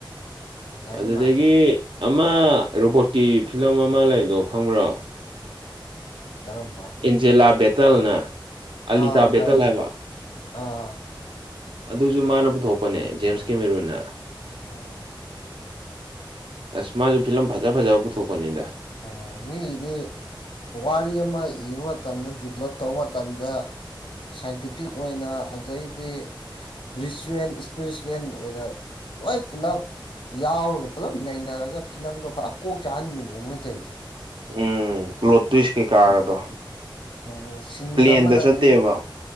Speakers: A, on the left; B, on the right.
A: ꯅꯩ
B: ꯑꯗꯨꯗꯒꯤ
A: ꯃꯥꯁꯨ
B: ꯑꯃ ꯔꯣꯕꯣꯠꯀꯤ ꯐꯤꯂꯝ ꯑꯃ ꯂꯩꯕꯗꯣ ꯈꯪꯕ꯭ꯔꯣ
A: ꯀꯔꯝꯕ
B: ꯑꯦꯟꯖꯦꯂꯥ ꯕꯦꯇꯜꯅ ꯑꯂꯤꯇꯥ
A: ꯑꯥ
B: ꯕꯦꯇꯜ
A: ꯈꯪꯑꯦ
B: ꯍꯥꯏꯕ
A: ꯑꯥ
B: ꯑꯗꯨꯁꯨ ꯃꯥꯅ ꯄꯨꯊꯣꯛꯄꯅꯦ ꯖꯦꯝꯁꯀꯦꯃꯦꯔꯨꯟꯅ
A: ꯎꯝ
B: ꯑꯁ ꯃꯥꯁꯨ ꯐꯤꯂꯝ ꯐꯖ ꯐꯖꯕ ꯄꯨꯊꯣꯛꯄꯅꯤꯗ
A: ꯑꯥ ꯃꯤꯒꯤ ꯗꯤ ꯋꯥꯔꯤ ꯑꯃ ꯏꯕ ꯃꯇꯝꯗ ꯗꯤꯕ꯭ꯂꯞ ꯇꯧꯕ ꯃꯇꯝꯗ ꯁꯥꯏꯟꯇꯤꯐꯤꯛ ꯑꯣꯏꯅ ꯑꯗꯩꯗꯤ ꯔꯤꯆꯨꯋꯦꯜ ꯏꯁꯄꯤꯔꯤꯆꯨꯋꯦꯜ ꯑꯣꯏꯅ ꯂꯣꯏ ꯄꯨꯂꯞ ꯌꯥꯎꯔꯒ ꯄꯨꯜꯂꯞ ꯅꯩꯅꯔꯒ ꯐꯤꯂꯝꯗꯣ ꯐꯖ ꯀꯣꯛ ꯆꯥꯛꯍꯟꯕꯤꯅꯦ ꯃꯣꯏꯅ ꯇꯧꯔꯤꯁꯦ
B: ꯎꯝ ꯄ꯭ꯂꯣꯠ ꯇꯨꯏꯁ ꯀꯩꯀꯥꯒꯗꯣ
A: ꯎꯝ ꯁꯤꯟ
B: ꯄ꯭ꯂꯦꯟꯗ
A: ꯑꯃꯗ
B: ꯆꯠꯇꯦꯕ
A: ꯅꯩꯅ